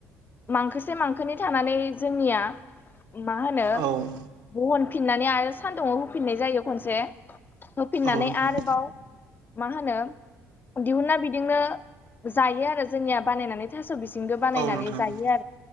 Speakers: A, on the left; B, on the right.
A: मांखोसे मांखोनि थानानै जोंनिया मा होनो?
B: औ
A: खनफिननानै आरो सान्दुंङाव होफिननाय जायो खनसे होफिननानै
B: औ नोंथां
A: आरोबाव मा होनो दिहुना बिदिनो जायो आरो जोंनिया बानायनानै थास' बिसि बनानै
B: औ नोंथां
A: जायो